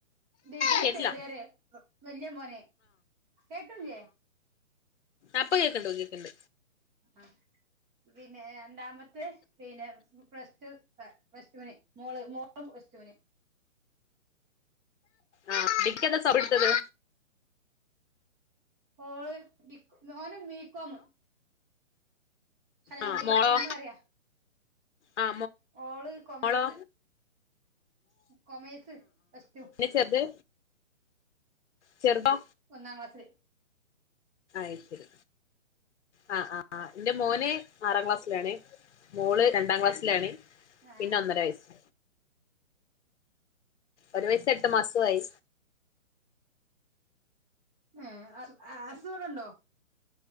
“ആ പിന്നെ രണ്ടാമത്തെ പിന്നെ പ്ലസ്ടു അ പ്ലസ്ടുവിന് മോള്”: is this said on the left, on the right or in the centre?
Right